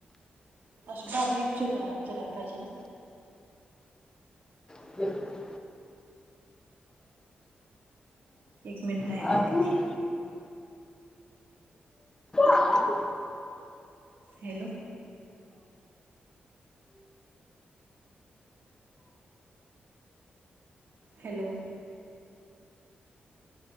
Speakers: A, on the right (about 75°); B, on the left (about 20°).
A: अशी बारिक चिरा-चिरायला पाहिजे ना?
B: <inaudible>
A: एक मिनट राहिलाय
B: हा
A: दीदी.
B: हा
A: हॅलो! हॅलो!